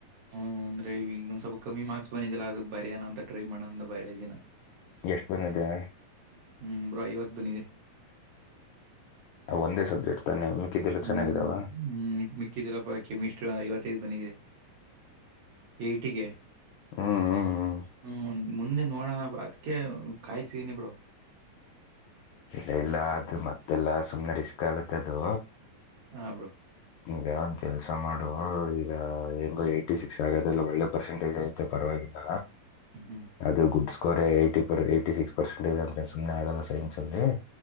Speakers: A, on the right; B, on the left.
A: ಹ್ಮ್ ಅಂದ್ರೆ ಈಗ ಒಂದ ಸ್ವಲ್ಪ ಕಮ್ಮಿ ಮಾರ್ಕ್ಸ್ ಬಿದಿಲ್ಲಾ ಅದಕ್ ಬರ್ಯನ ಅಂತ ಟ್ರೈ ಮಾಡಣ ಅಂದ ಬಯಾಲಜಿನ
B: ಎಷ್ಟು ಬಂದಿದೆ
A: ಹ್ಞೂ ಬ್ರೋ ಇವತ್ತು ಬಂದಿದೆ
B: ಒಂದೇ ಸಬ್ಜೆಕ್ಟ್ ತಾನೆ ಮಿಕ್ಕಿದ್ದೆಲ್ಲ
A: ಹ್ಮ್
B: ಚೆನ್ನಾಗಿದ್ದಾವ
A: ಹ್ಮ್ ಮಿಕ್ಕಿದ್ದಿಲ್ಲಪ್ಪ ಕ ಮಿಷ್ಟ್ರ ಐವತ್ತೈದ್ ಬಂದಿದೆ ಏ್ಟಗೆ
B: ಹ್ಮ್ ಹ್ಮ್ ಹ್ಮ್
A: ಹ್ಮ ಮುಂದೆ ನೋಡೋಣ ಬ್ರ ಅದ್ಕ್ಕೆ ಕಾಯ್ತಿದ್ದೀನಿ ಬ್ರೋ
B: ಇಲ್ಲ ಇಲ್ಲ ಅದು ಮತ್ತೆಲ್ಲಾ ಸುಮ್ನೆ ರಿಸ್ಕ್ ಆಗತ್ತೆ ಅದು
A: ಹಾ ಬ್ರೋ
B: ಈಗ ಒಂದ ಕೆಲ್ಸ ಮಾಡು ಈಗ ಹೆಂಗೋ ಏಟಿ ಸಿಕ್ಸ್ ಆಗದೆಲ್ಲ ಒಳ್ಳೆ ಪರ್ಸೆಟೇಜ್ ಆಯತು ಮತ್ತೆ ಪರವಾಗಿಲ್ಲ
A: ಹ್ಮ್, ಹ್ಮ್.
B: ಅದೇ goods score Yi <unintelligible> ಯ್ಟಿ six percentage ಎಂಟೆನ್ಸ್ಂದೆ ಆಗಲ್ಲ ಸೈನ್ಸ್ ಅಲ್ಲಿ